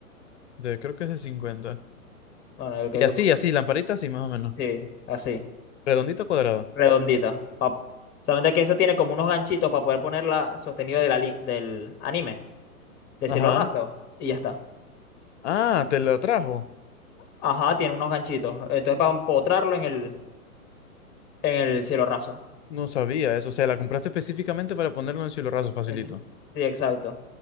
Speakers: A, on the left; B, on the left.
A: de, creo que es de 50.
B: Bueno, el que
A: Y
B: yo
A: así,
B: compré,
A: así, lamparita así, más o menos.
B: sí, así,
A: Redondito cuadrado.
B: redondita. pa- Solamente que eso tiene como unos ganchitos para poder ponerla sostenido de la li- del anime, del
A: Ajá.
B: cielo raso. Y ya está.
A: Ah, te lo trajo.
B: Ajá, tiene unos ganchitos. Entonces para empotrarlo en el, en el cielo raso.
A: No sabía eso. O sea, la compraste específicamente para ponerlo en cielo raso, facilito.
B: En ci- Sí, exacto.